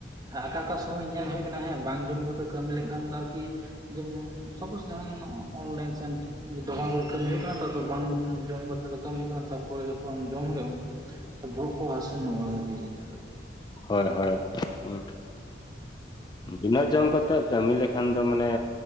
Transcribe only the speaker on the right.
ᱚᱠᱟ ᱚᱠᱟ ᱥᱚᱢᱚᱭ ᱧᱮᱞ ᱦᱩᱭ ᱠᱟᱱᱟ ᱦᱮᱸ ᱵᱟᱝ ᱡᱚᱢ ᱠᱚᱛᱮ ᱠᱟᱹᱢᱤ ᱞᱮᱠᱷᱟᱱ ᱫᱚ ᱟᱨᱠᱤ ᱡᱮᱢᱚᱱ ᱥᱟᱯᱳᱡ ᱡᱟᱦᱟᱱ ᱚᱱᱞᱟᱭᱤᱱ ᱥᱮᱱᱴᱼᱼ ᱫᱚᱠᱟᱱ ᱠᱚᱨᱮ ᱠᱟᱹᱢᱤ ᱦᱩᱭᱩᱜ ᱠᱟᱱᱟ ᱛᱚ ᱵᱟᱝ ᱡᱚᱢ ᱠᱟᱛᱮᱜ ᱠᱟᱹᱢᱤ ᱦᱳ ᱠᱟᱱᱟ ᱛᱟᱯᱚᱨᱮ ᱡᱚᱠᱷᱚᱱ ᱡᱚᱢ ᱦᱳᱭᱼᱟ, ᱵᱚᱦᱚᱜ ᱠᱚ ᱦᱟᱹᱥᱩ ᱧᱚᱜᱼᱟ ᱠᱟᱴᱤᱡ ᱟᱫᱚ